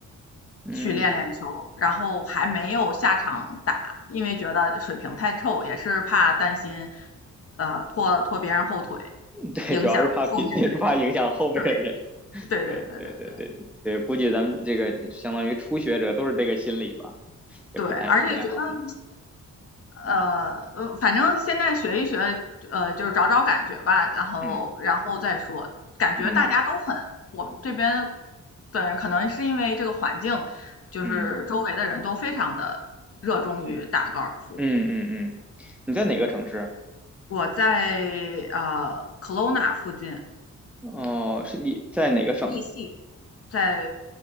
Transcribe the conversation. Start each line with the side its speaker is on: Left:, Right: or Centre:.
Centre: 嗯，
Left: 去练练球，然后还没有下场打，因为觉得水平太臭，也是怕担心呃拖拖别人后腿，
Centre: 对，
Left: 影响后面的人，
Centre: 主要是怕别，对，是怕影响后面的人。
Left: 对对对对对对
Centre: 对对对对对，估计咱们这个相当于初学者都是这个心理吧，也不太也不太好。
Left: 对，而且觉得。
Centre: 嗯
Left: 呃呃，反正现在学一学，呃，就是找找感觉吧，然后然后再说。
Centre: 嗯
Left: 感觉大家都很，
Centre: 嗯
Left: 我们这边的人可能是因为这个环境，就是周围的人都非常的热衷于打高尔夫。
Centre: 嗯嗯。嗯嗯嗯，你在哪个城市啊
Left: 嗯，我在呃 Kelowna 附近
Centre: 哦，是你在哪个省啊？
Left: ，BC，在